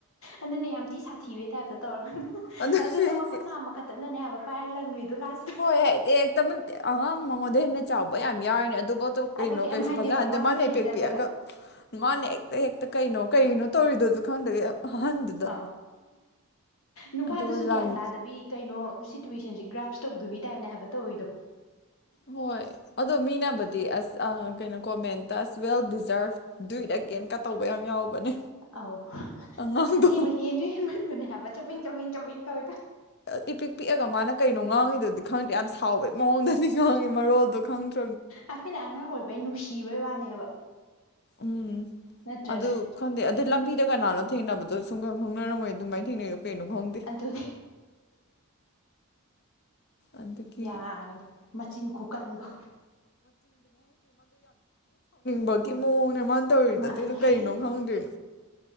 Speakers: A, on the left (about 70°); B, on the left (about 50°).
A: ꯑꯗꯨꯅꯦ ꯌꯥꯝ ꯊꯤ ꯁꯥꯊꯤꯕꯩ ꯇꯥꯏꯞꯇ ꯇꯧꯔꯒ
B: ꯑꯗꯨꯅꯦ
A: ꯑꯗꯨꯁꯨ
B: ꯑꯩꯁꯦ
A: ꯃꯈꯨꯠ ꯅꯥꯝꯃ ꯈꯛꯇꯅꯅꯦ ꯍꯥꯏꯕ ꯄꯥꯏꯔ ꯂꯪꯒ꯭ꯔꯤꯗꯨ ꯂꯥꯁꯇ
B: ꯍꯣꯏ ꯍꯥꯏꯗꯤ ꯍꯦꯛꯇ ꯑꯉꯥꯡ ꯃꯉꯣꯟꯗ ꯍꯦꯟꯅ ꯆꯥꯎꯕ ꯌꯥꯝ ꯌꯥꯎꯔꯤꯅꯦ ꯑꯗꯨ ꯄꯣꯠꯇꯣ ꯀꯩꯅꯣ
A: ꯑꯗꯨ ꯀꯩꯝ
B: ꯀꯩꯁꯨ
A: ꯍꯥꯏꯗꯦꯕ
B: ꯐꯖꯍꯟꯗꯦ ꯃꯥꯅ ꯏꯄꯤꯛ
A: ꯍꯦꯟꯖꯜꯂꯒ
B: ꯄꯤꯛꯑꯒ ꯃꯥꯅ ꯍꯦꯛꯇ ꯍꯦꯛꯇ ꯀꯩꯅꯣ ꯀꯩꯒꯤꯅꯣ ꯇꯧꯔꯤꯗꯣꯁꯨ ꯈꯪꯗꯒꯩ ꯑꯍꯟꯗꯨꯗ
A: ꯑꯥꯎ ꯅꯨꯄꯥꯗꯨꯁꯨ
B: ꯑꯗꯨꯒ ꯂꯪ
A: ꯒ꯭ꯌꯥꯟ ꯇꯥꯗꯕꯤ ꯀꯩꯅꯣ ꯁꯤꯇꯨꯦꯋꯁꯟ ꯁꯦ ꯒ꯭ꯔꯥꯁ ꯇꯧꯗꯣꯏ ꯇꯥꯏꯞꯅꯦ ꯍꯥꯏꯕ ꯇꯧꯋꯤꯗꯣ
B: ꯍꯣꯏ ꯑꯗꯣ ꯃꯤꯅꯕꯨꯗꯤ ꯑꯁ ꯀꯩꯅꯣ ꯀꯣꯃꯦꯟ ꯗꯁ ꯋꯦꯜ ꯗꯤꯖꯥꯔꯚ ꯗꯨ ꯑꯦꯒꯦꯟꯀ ꯇꯧꯕ ꯌꯥꯝ ꯌꯥꯎꯕꯅꯦ
A: ꯑꯧ
B: ꯑꯉꯥꯡꯗꯣ
A: ꯑꯁꯦꯕꯩ ꯍꯦꯟꯖꯨ ꯍꯦꯟꯃꯟꯕꯅꯦ ꯍꯥꯏꯕ ꯆꯕꯦꯡ ꯆꯕꯦꯡ ꯆꯕꯦꯡ ꯇꯧꯋꯤꯗꯣ
B: ꯏ ꯄꯤꯛ ꯄꯤꯛꯑꯒ ꯃꯥꯅ ꯀꯩꯅꯣ ꯉꯥꯡꯉꯤꯗꯨꯗꯤ ꯈꯪꯗ꯭ꯔꯦ ꯌꯥꯝ ꯁꯥꯎꯕꯩ ꯃꯑꯣꯡꯗꯗꯤ ꯉꯥꯡꯉꯤ ꯃꯔꯣꯜꯗꯨꯗꯤ ꯈꯪꯗꯦ
A: ꯑꯩꯈꯣꯏꯅ ꯑꯉꯥꯡ ꯑꯣꯏꯕꯩ ꯅꯨꯡꯁꯤꯕꯩ ꯋꯥꯅꯦꯕ
B: ꯎꯝ
A: ꯅꯠꯇ꯭ꯔꯅꯦ
B: ꯑꯗꯨ ꯈꯪꯗꯦ ꯑꯗꯨ ꯂꯝꯕꯤꯗ ꯀꯅꯥꯅꯣ ꯊꯦꯡꯅꯕꯗꯣ ꯁꯨꯡꯪ ꯈꯪꯅꯔꯝꯃꯣꯏꯗ ꯑꯗꯨꯃꯥꯏꯅ ꯊꯦꯡꯅꯩꯌꯦ ꯀꯩꯅꯣ ꯈꯪꯗꯦ
A: ꯑꯗꯨꯅꯤ
B: ꯑꯗꯒꯤ
A: ꯌꯥꯕꯅꯤ ꯃꯆꯤꯟ ꯈꯨꯀꯟꯗꯣ
B: ꯕꯀꯤ ꯃꯑꯣꯡꯅꯦ ꯃꯥꯅ ꯇꯧꯔꯤꯗ
A: ꯃꯥꯅꯦ
B: ꯑꯗꯨꯗꯨ ꯀꯩꯅꯣ ꯈꯪꯗꯦ